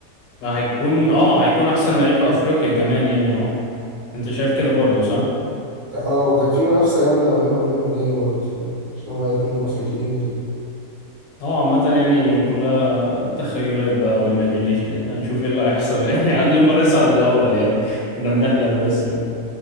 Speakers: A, on the left (about 80°); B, on the right (about 40°).
A: ما هيكون اه هيكون احسن لعيب في افريقيا كمان يعني اه انت شايف كده برضه صح؟
B: ك- اه وكان في منافسة جامدة ما بينه وما بين ماني برضه فاهم عشان هما الاتنين أفريقيين وكده
A: اه عامة يعني كلها تخيلات بقى وايماجينيشن يعني هنشوف ايه اللي هيحصل <laughs> يعني عن لما نصعد الاول يعني احنا بنحلم بس يعني